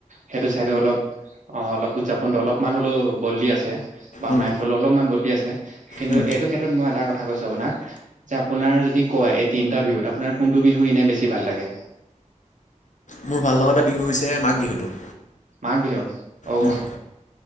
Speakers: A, on the right; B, on the left.
A: সেইটো ছাইডো অলপ অলপ উদযাপনটো অলপমান হ'লেও বদলি আছে। বা
B: উম,
A: মাইফল অলপমান বদলি আছে, কিন্তু
B: উম।
A: এইটো ক্ষেত্ৰত মই এটা কথা কথা কৈছো আপোনাক যে, আপোনাৰ যদি কয় এই তিনিটা বিহুত আপোনাৰ কোনটো বিহু এনে বেছি ভাল লাগে।
B: মোৰ ভাল লগা এটা বিহু হৈছে মাঘ বিহুটো।
A: মাঘ বিহু। অঔ।
B: উম,